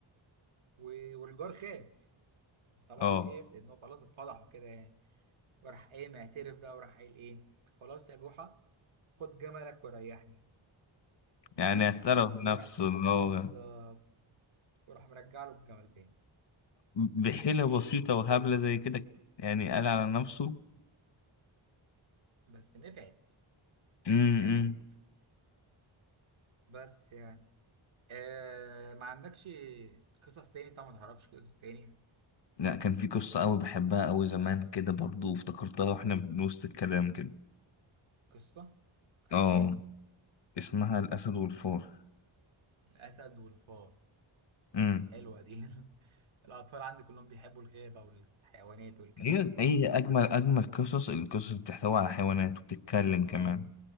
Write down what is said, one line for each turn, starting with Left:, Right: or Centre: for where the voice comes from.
Right: و- والجار خاف طبعا
Left: اه
Right: خاف لأنه خلاص اتفضح وكده يعني وراح قايم اعترف بقى وراح قايل ايه خلاص يا جحا خد جملك وريحني
Left: يعني اعترف نفسه
Right: ورق
Left: ان هو
Right: بالظبط وراح مرجع له الجمل تاني
Left: بحيلة بسيطة وهبلة زي كده يعني قال على نفسه
Right: بس نفعت
Left: امم
Right: نفعت بس يعني آه ما عندكش قصص تاني طبعا ما تعرفش قصص تاني
Left: لا كان في قصة أوي بحبها أوي زمان كده برضو افتكرتها واحنا بنوسط الكلام كده
Right: قصة عن
Left: اه
Right: ايه
Left: اسمها الأسد والفار
Right: الأسد والفار
Left: امم
Right: حلوة دي <laughs> الأطفال عندي كلهم بيحبوا الغابة والحيوانات والكلام
Left: هي
Right: ده كله
Left: هي أجمل أجمل قصص القصص اللي بتحتوي على حيوانات وبتتكلم
Right: اه
Left: كمان